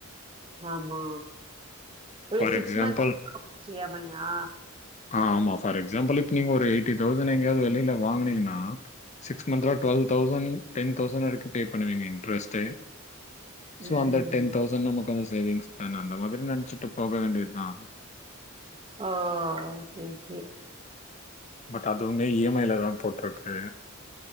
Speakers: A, on the right; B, on the left.
A: ஆமா ஒரு
B: ஃபார்
A: சிக்ஸ்
B: எக்ஸாம்பிள்
A: மந்த்துக்கு வந்து இ எம் ஐயா
B: ஆமா ஃபார் எக்ஸாம்பிள் இப்ப நீங்க ஒரு எயிட்டி தௌசண்ட் எங்கயாவது வெளியில வாங்னீங்கனா சிக்ஸ் மந்த்ல டுவல் தௌசண்ட் டென் தௌசண்ட் வரைக்கு பே பண்ணுவீங்க இன்ட்ரெஸ்டே சோ
A: ம்.
B: அந்த டென் தௌசண்ட் நமக்கு அந்த சேவிங்ஸ் தான அந்த மாரி நெனச்சிட்டு போக வேண்டிய தா
A: ஓ ஓகே ஓகே
B: பட் அதுவுமே இ எம் ஐல தா போட்ருக்கு